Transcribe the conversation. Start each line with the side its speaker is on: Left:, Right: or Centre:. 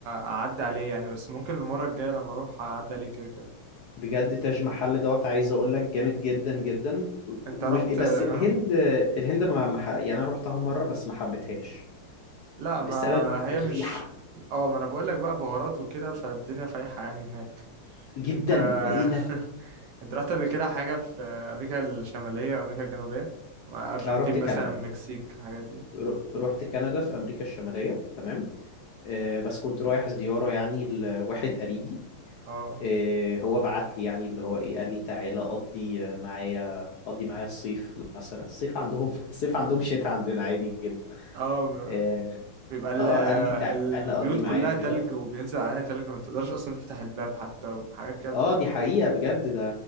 Right: اعدي عليه يعني بس ممكن المرة الجاية لما اروح اعدي عليه كده كده
Left: بجد تاج محل دوت عايز اقول لك جامد جدا جدا وال-
Right: انت رحت
Left: بس
Right: آه
Left: الهند الهند ما ما ح- يعني انا رحتها مره بس ما حبيتهاش
Right: لا ما
Left: بسبب
Right: هي
Left: الريحه
Right: مش اه ما انا بقول لك بقى بهارات وكده فالدنيا فايحة يعني هناك
Left: جدا
Right: انت
Left: ده ايه ده
Right: <laughs> انت رحت قبل كده حاجة في أمريكا الشمالية وأمريكا الجنوبية مع أرجنتين
Left: اه رحت
Right: مثلا
Left: كندا
Right: مكسيك الحاجات دي
Left: ر- رحت كندا في امريكا الشماليه تمام آه، بس كنت رايح زياره يعني لواحد قريبي
Right: اه
Left: إيه هو بعت لي يعني اللي هو ايه قال لي تعالى قضي معايا قضي معايا الصيف مثلا الصيف عندهم <laughs> الصيف عندهم شتاء عندنا عادي جدا
Right: اه ب-
Left: إيه،
Right: بيبقى ال-
Left: اه قال لي تعالى
Right: البيوت
Left: قضي معايا
Right: كلها
Left: كده
Right: تلج وبينزل عليها تلج ما تقدرش أصلا تفتح الباب حتى وحاجات كده بتبقى
Left: اه دي حقيقة بجد ده